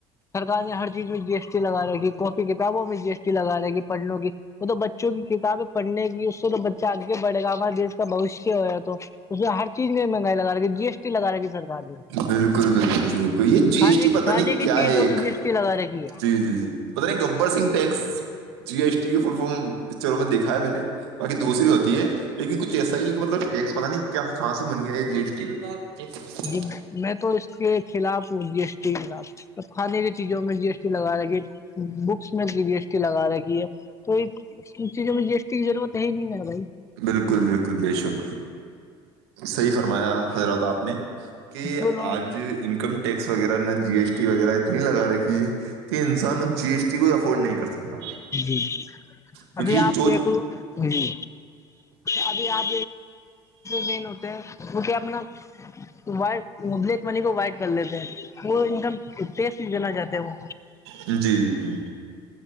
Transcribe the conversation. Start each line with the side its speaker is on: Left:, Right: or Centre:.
Left: سرکار نے ہر چیز میں جی ایس ٹی لگا رھی کاپی کتابوں میں جی ایس ٹی لگاے کیی پڑھنےوں کی وہ تو بچوں کی کتابیں پڑھنے کی اس سے تو بچہ آگے بڑے گا ہمارا دیس کا بھویشے ہو ہے تو اس میں ہر چیز میں مہنگائی لگاےی جی ایس ٹی لگا رہےی سرکار نے
Right: بالکل بالکل بالکل یہ جی
Left: کھانے
Right: ایس ٹی پتا
Left: کھانے
Right: نہیں
Left: کی
Right: کیا
Left: چیزوں
Right: ہے ایک
Left: میں جی ایس ٹی لگا رکھی ہے
Right: جی جی جی پتا نہیں گبر س ٹیکس جی ایس ٹی کی فل فارم پکچروں میں دیکھا ہے میں نے باقی دوسری ہوتی ہے لیکن کچھ ایسا ہی کہ مطلب ٹیکس پتا نہیں کیا خاص بن گیا یہ ج ایسٹی
Left: جی میں تو اس کے خلاف ہوں جی ایس ٹی کے خلاف کھانے کی چیزوں میں جی ایس ٹی لگا رہےھی بکس میں جی بیی ایس ٹی لگا رہیھی ہے تو چیزوں میں جی ایس ٹی کی ضرورت ہے ہی نہیں ہےا بھائی
Right: بالکل بالکل بے شک صحیح فرمایا حضرات آپ نے کہ
Left: جو لوگ
Right: آج انکم ٹیکس وغیرہ نہ جی ایس ٹی وغیرہ نہیں لگا رکھی ہے کہ انسان اس جی ایس ٹی کوئی افورڈ نہیں کر سکتا
Left: جی
Right: کیونکہ
Left: ابھی آپ
Right: جو
Left: دیکھ لو جی ‌ابھی آپ لین ہوتے ہیں وہ کیا اپناب بلیک منی کو وائٹ کر لیتے ہیں وہ ایک دم ٹیس لینا چاہتے ہیں وہ
Right: جی جی جی